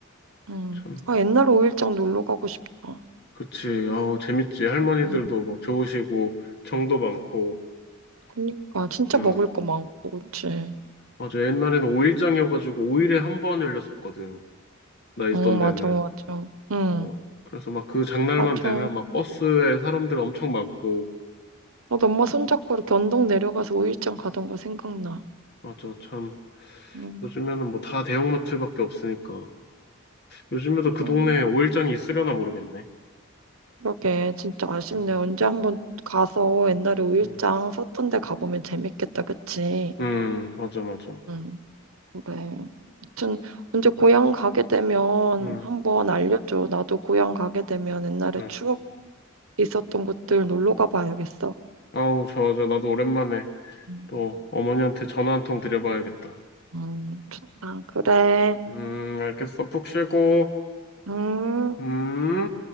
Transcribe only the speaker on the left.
참,
그치. 아우, 재밌지. 할머니들도
막 좋으시고, 정도 많고,
응.
맞아. 옛날에는 5일장이어가지고, 5일에 한 번 열렸었거든. 나 있던
데는.
어, 그래서 막 그 장날만
되면 막 버스에 사람들 엄청 많고,
맞아. 참,
요즘에는 뭐 다 대형마트밖에 없으니까. 요즘에도 그
동네에 5일장이 있으려나 모르겠네.
음,
음,
음, 맞아, 맞아.
응,
응.
아우, 좋아, 좋아. 나도 오랜만에
또 어머니한테 전화 한 통 드려봐야겠다.
음, 알겠어. 푹 쉬고,
음.